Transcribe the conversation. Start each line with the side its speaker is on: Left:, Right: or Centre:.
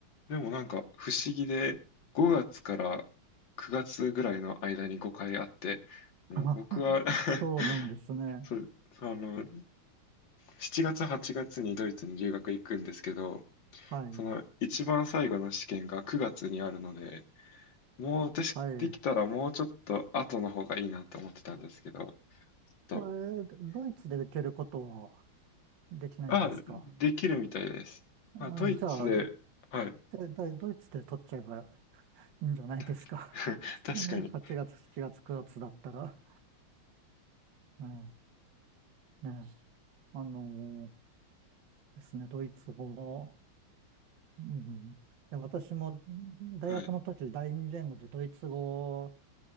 Left: でもなんか不思議で、5月から9月ぐらいの間に5回あって、
Right: <laughs>
Left: もう僕は
Right: あ、そうなんですね。
Left: <laughs> そう、あの、7月、8月にドイツに留学行くんですけど、
Right: はい。
Left: その一番最後の試験が9月にあるので、もう私、
Right: はい。
Left: できたらもうちょっと後の方がいいなと思ってたんですけど、と、
Right: それ、ドイツで受けることはできないんですか
Left: あ、できるみたいです。
Right: はい。
Left: まあ、ドイツで、
Right: じゃあ、
Left: はい。
Right: で、だドイツで取っちゃえばいいんじゃないですか。
Left: た <laughs>
Right: <laughs>
Left: 確かに。
Right: ね8月、7月、9月だったら。うん。ね。あのーですね、ドイツ語も、うん。いや、私も大学の時第二言語でドイツ語を
Left: はい。